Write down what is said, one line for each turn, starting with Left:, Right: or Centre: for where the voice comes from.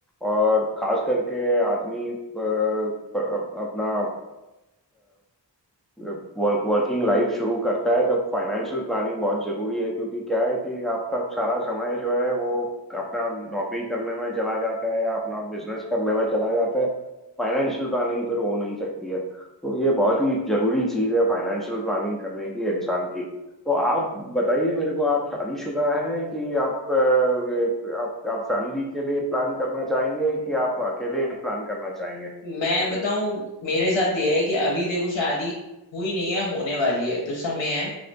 Centre: और खास करके आदमी अ, अप- अपना वर्क, वर्किंग लाइफ शुरू करता है तब फाइनेंशियल प्लानिंग बहुत ज़रूरी है क्योंकि क्या है कि आपका सारा समय जो है वो अपना नौकरी करने में चला जाता है या अपना बिजनेस करने में चला जाता है फाइनेंशियल प्लानिंग फिर हो नहीं सकती है तो ये बहुत ही जरूरी चीज है फाइनेंशियल प्लानिंग करने की इंसान की तो आप बताइए मेरे को आप शादीशुदा हैं कि आप अ, आप आप फैमिली के लिए प्लान करना चाहेंगे कि आप अकेले प्लान करना चाहेंगे
Left: मैं बताऊं मेरे साथ ये है कि अभी देखो शादी हुई नहीं है होने वाली है तो समय है